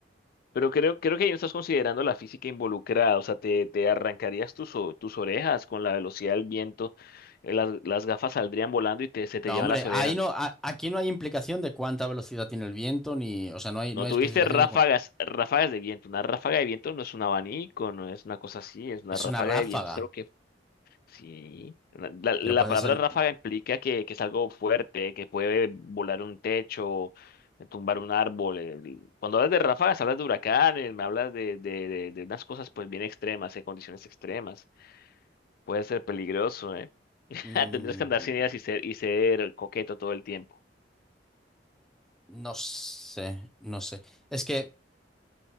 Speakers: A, on the left (about 55°); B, in the centre.
A: Pero creo, creo que ahí no estás considerando la física involucrada. O sea, te, te arrancarías tus, o- tus orejas con la velocidad del viento. eh, Las, las gafas saldrían volando y te, se
B: No,
A: te llevan
B: hombre,
A: las orejas.
B: ahí no, a- aquí no hay implicación de cuánta velocidad tiene el viento, ni, o sea, no hay,
A: No
B: no hay
A: tuviste
B: especificación
A: ráfagas,
B: de cua-
A: ráfagas de viento. Una ráfaga de viento no es un abanico, no es una cosa así. Es una
B: Es
A: ráfaga
B: una ráfaga,
A: de viento. Es algo que Sí, la, la- la
B: pero puede
A: palabra
B: ser.
A: ráfaga implica que, que es algo fuerte, que puede volar un techo, eh, tumbar un árbol. el- Cuando hablas de ráfagas, hablas de huracanes, me hablas de, de, de, de unas cosas pues bien extremas, de condiciones extremas. Puede ser peligroso, ¿eh? <laughs>
B: mm,
A: Tendrías que andar sin ideas y ser, y ser coqueto todo el tiempo.
B: no sé, no sé. Es que